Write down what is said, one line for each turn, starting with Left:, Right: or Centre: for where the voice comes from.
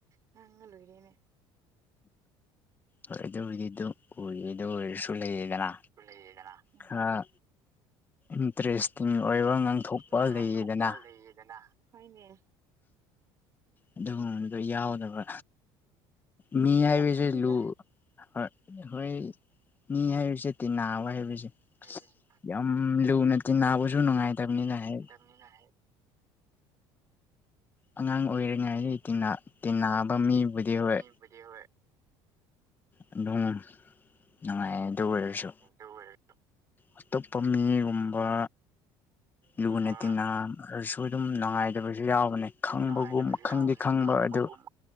Right: ꯉꯥꯡꯉ ꯂꯣꯏꯔꯦꯅꯦ
Left: ꯍꯣꯢ ꯑꯗꯨꯕꯨꯗꯤ ꯑꯗꯨꯝ ꯑꯣꯏꯔꯦ ꯗꯨꯑꯣꯏꯔꯁꯨ ꯂꯩꯌꯦꯗꯅ
Right: ꯂꯩꯌꯦꯗꯅꯥ ꯎꯝ
Left: ꯈꯔ
Right: ꯎꯝ
Left: ꯏꯟꯇꯔꯦꯁꯇꯤꯡ ꯑꯣꯏꯕ ꯉꯥꯡꯊꯣꯛꯄ
Right: ꯋꯥ ꯉꯥꯡꯊꯣꯛꯄ
Left: ꯂꯩꯌꯦꯗꯅ
Right: ꯂꯩꯌꯦꯗꯅ ꯍꯣꯢꯅꯦ
Left: ꯑꯗꯨꯒꯨꯝꯕꯗꯣ ꯌꯥꯎꯗꯕ ꯃꯤ
Right: ꯌꯧꯔꯛꯀꯅꯤꯗ
Left: ꯍꯥꯏꯕꯖꯦ ꯂꯨ ꯑꯍꯣꯏ ꯑꯩꯈꯣꯏ ꯃꯤ ꯍꯥꯏꯕꯁꯦ ꯇꯤꯟꯅꯥꯕ ꯍꯥꯏꯕꯁꯦ
Right: ꯍꯥꯏꯕꯁꯦ
Left: ꯌꯥꯝ ꯂꯨꯅ ꯇꯤꯟꯅꯥꯕꯁꯨ ꯅꯨꯉꯥꯏꯇꯕꯅꯤꯅ ꯍꯦꯛ
Right: ꯅꯤꯅꯥ ꯍꯦꯛ
Left: ꯑꯉꯥꯡ ꯑꯣꯏꯔꯤꯉꯥꯏꯗꯤ ꯇꯤꯟꯅꯥ ꯇꯤꯟꯅꯥꯕꯥ ꯃꯤꯕꯨꯗꯤ ꯍꯣꯏ
Right: ꯕꯨꯗꯤ ꯍꯣꯏ
Left: ꯑꯗꯨꯝ ꯅꯨꯉꯥꯏꯌꯦ ꯑꯗꯨ ꯑꯣꯏꯔꯁꯨ
Right: ꯗꯨꯑꯣꯏꯔꯦ
Left: ꯑꯇꯣꯞꯄ ꯃꯤꯒꯨꯝꯕ ꯂꯨꯅ
Right: ꯒꯨꯝꯕ
Left: ꯇꯤꯟꯅꯥꯔꯁꯨ ꯑꯗꯨꯝ ꯅꯨꯉꯥꯏꯗꯕꯁꯨ ꯌꯥꯎꯕꯅꯦ ꯈꯪꯕꯒꯨꯝ
Right: ꯅꯨꯡꯉꯥꯏꯇꯕꯁꯨ
Left: ꯈꯪꯗꯤ
Right: ꯌꯥꯎꯕꯅꯦ
Left: ꯈꯪꯕ
Right: ꯈꯪꯕꯒꯨꯝ
Left: ꯑꯗꯨ